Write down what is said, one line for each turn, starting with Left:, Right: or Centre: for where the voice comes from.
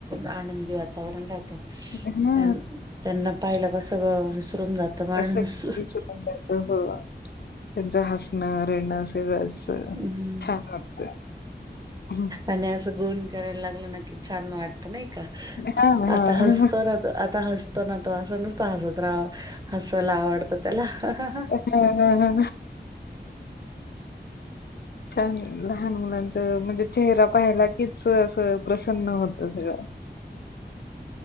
Right: आनंदी वातावरण राहतं
Left: हा
Right: अन त्यांना पाहिलं का सगळं विसरून जातं माणूस.
Left: असं विसरून जातो. हो त्यांच हसणं रडणं सगळंच. हो
Right: हम्म
Left: छान वाटतं हं.
Right: आणि असं गुण करायला लागलं ना की छान वाटतं नाही का?
Left: हां, हां.
Right: आता हसतो ना आता हस तो ना तो असं नुसतं हसत रा हसायला आवडत. त्याला ह ह ह.
Left: हा हा. छान लहान मुलांच म्हणजे चेहरा पाहायला कीच असं प्रसन्न होत सगळं.